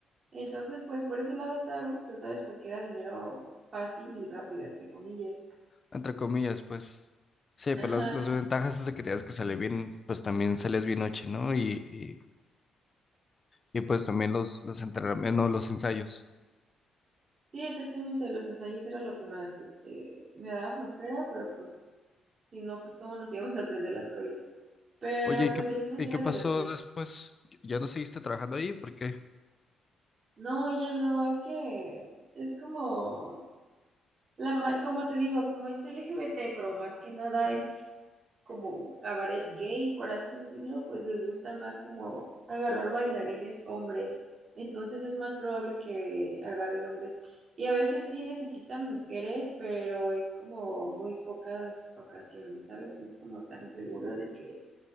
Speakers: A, on the right; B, on the left.
A: Entonces pues por ese lado estaba a gusto, ¿sabes? Porque era dinero fácil y rápido, entre comillas.
B: entre comillas, pues. Sí,
A: Ajá.
B: pero las, las ventajas es de que tienes que salir bien, pues también sales bien noche, ¿no? Y, y, y, pues también los, los entrenamientos, no, los ensayos.
A: Sí, exactamente, los ensayos era lo que más este me daba flojera, pero pues Si no, pues cómo nos íbamos a aprender las coreas Pero
B: Oye, ¿y
A: pues
B: qué,
A: ahí en más
B: y
A: era
B: qué pasó
A: divertido.
B: después? ¿Ya no seguiste trabajando ahí? ¿por qué?
A: No, ya no, es que es como la ma- como te digo, como es LGBT, pero más que nada es como cabaret gay, por así decirlo, pues les gusta más como agarrar bailarines hombres. Entonces es más probable que agarren hombres. Y a veces sí necesitan mujeres, pero es como muy pocas ocasiones, ¿sabes? No es como tan seguro de que